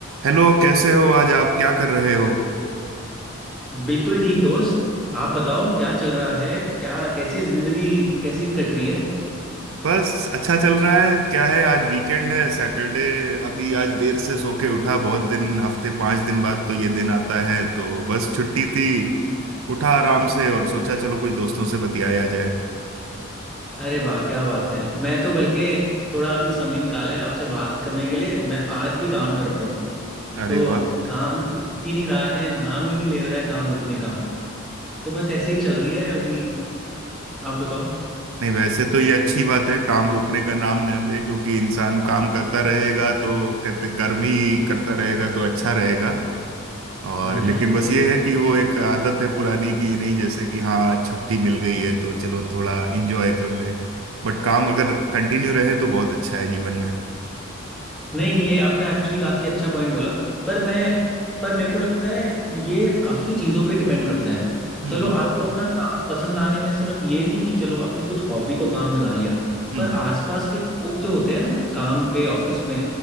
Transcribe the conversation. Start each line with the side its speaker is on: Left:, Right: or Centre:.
Right: Hello कैसे हो आज आप क्या कर रहे हो
Centre: बिल्कुल ठीक दोस्त आप बताओ क्या चल रहा है क्या कैसी जिंदगी कैसी कट रही है
Right: बस अच्छा चल रहा है क्या है आज वीकेंड है सैटरडे अभी आज देर से सो के उठा बहुत दिन हफ्ते पांच दिन बाद तो ये दिन आता है तो बस छुट्टी थी उठा आराम से और सोचा चलो कुछ दोस्तों से बतियाया जाए
Centre: अरे वाह क्या बात है मैं तो बल्कि थोड़ा अभी समय निकाला है आपसे बात करने के लिए मैं आज भी काम कर रहा हूँ
Right: अरे
Centre: तो
Right: वाह
Centre: काम तो रुक ही नहीं रहा है नाम ही नहीं ले रहा है काम रुकने का तो बस ऐसे ही चल रही है अभी आप बताओ
Right: नहीं वैसे तो ये अच्छी बात है काम रुकने का नाम न ले क्योंकि इंसान काम करता रहेगा तो कहते कर्म ही करता रहेगा तो अच्छा रहेगा और
Centre: <laughs>
Right: लेकिन बस
Centre: सही
Right: ये है कि वो एक आदत है पुरानी की नहीं जैसे कि हाँ आज छुट्टी मिल गई है तो चलो थोड़ा इंजॉय कर लें बट काम अगर कंटिन्यू रहे तो बहुत अच्छा है जीवन में
Centre: नहीं ये आपने एक्चुअली काफी अच्छा पॉइंट बोला पर मैं पर मेरे को लगता है ये काफी चीजों पे डिपेंड करता है
Right: हम्म
Centre: चलो
Right: हम्म
Centre: आपको अपना काम पसंद आने में सिर्फ ये नहीं कि चलो आपने कुछ हॉबी को काम बना लिया
Right: हम्म
Centre: पर आसपास के लोग जो होते हैं ना काम पे ऑफिस में